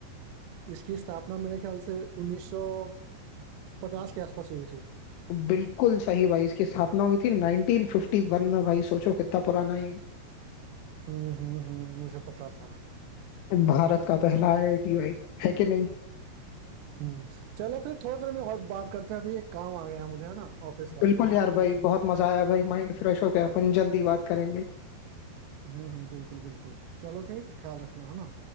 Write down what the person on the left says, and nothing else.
बिल्कुल सही भाई इसकी स्थापना हुई थी 1951 में भाई सोचो कितना पुराना है ये।
भारत का पहला आईआईटी भाई है कि नहीं
बिल्कुल यार
भाई बहुत मजा आया भाई माइंड फ्रेश हो गया अपन जल्दी बात करेंगे